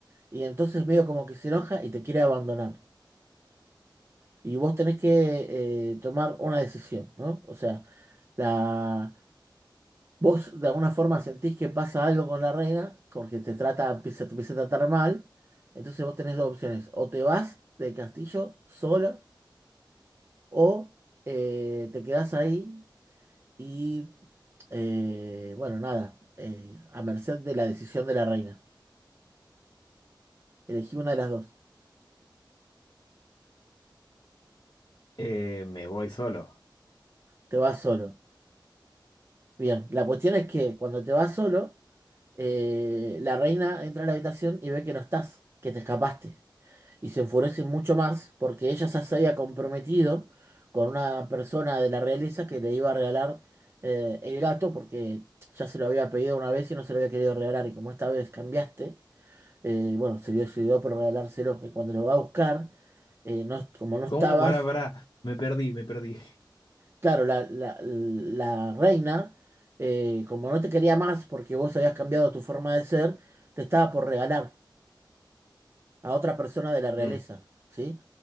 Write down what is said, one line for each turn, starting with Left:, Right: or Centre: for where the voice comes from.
Right: y entonces medio como que se enoja y te quiere abandonar. Y vos tenés que eh, tomar una decisión, ¿no? O sea, la Vos de alguna forma sentís que pasa algo con la reina, porque te trata, empieza, te empieza a tratar mal. Entonces vos tenés dos opciones. O te vas del castillo sola, o eh, te quedás ahí y, eh, bueno, nada, eh, a merced de la decisión de la reina. Elegí una de las dos.
Left: Eh, me voy solo.
Right: Te vas solo. Bien, la cuestión es que cuando te vas solo, eh, la reina entra a la habitación y ve que no estás, que te escapaste. y se enfurece mucho más porque ella ya se había comprometido con una persona de la realeza que le iba a regalar eh, el gato porque ya se lo había pedido una vez y no se lo había querido regalar y como esta vez cambiaste, eh, bueno, se decidió por regalárselo y cuando lo va a buscar, eh, no- como no estabas,
Left: ¿Cómo? Pará, pará. Me perdí, me perdí.
Right: claro, la, la- la reina, eh, como no te quería más porque vos habías cambiado tu forma de ser, te estaba por regalar. a otra persona de la realeza,
Left: Mm,
Right: ¿sí?